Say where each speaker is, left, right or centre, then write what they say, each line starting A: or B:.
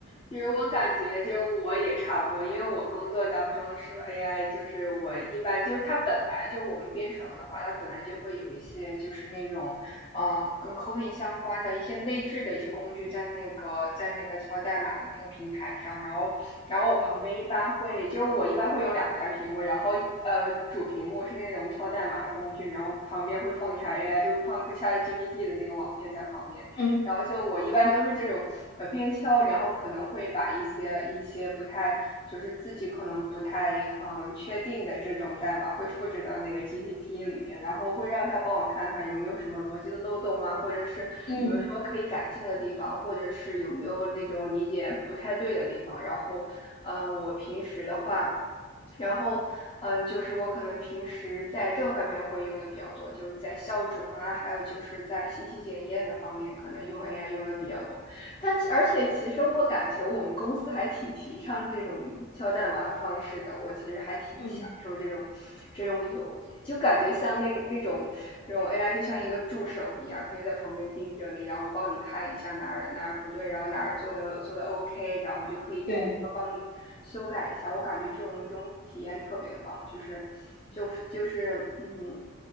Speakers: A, on the left; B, on the left.
A: 其实我感觉就我也差不多，因为我工作当中的时候，AI 就是我一般就是它本来就我们编程的话，它本来就会有一些就是那种，嗯、呃跟 coding 相关的一些内置的一些工具在那个在那个敲代码的那个平台上，然后然后我旁边一般会就是我一般会有两台屏幕，然后呃主屏幕是那种敲代码的工具，然后旁边会放一台 AI，就放个 ChatGPT 的那个网页在旁边。
B: 嗯嗯
A: 然后就我一般都是这种呃边敲，然后可能会把一些一些不太就是自己可能不太嗯确定的这种代码会复制到那个 GPT 里面，然后会让他帮我看看有没有什么逻辑的漏洞啊，或者是有没有什么可以改进的地方，
B: 嗯嗯。
A: 或者是有没有那种理解不太对的地方。然后嗯，我平时的话。然后，嗯，就是我可能平时在这方面会用的比较多，就在校准啊，还有就是在信息检验的方面，可能用 AI 用的比较多。但而且其实我感觉我们公司还挺提倡这种敲代码的方式的，我其实还挺享受这种这种有，
B: 嗯嗯
A: 就感觉像那个那种那种 AI 就像一个助手一样，他就在旁边盯着你，然后帮你看一下哪儿哪儿不对，然后哪儿做的做的 OK，然后我就可以直接就帮你修改一下。
B: 对，
A: 我感觉这种这种体验特别棒，就是就是就是嗯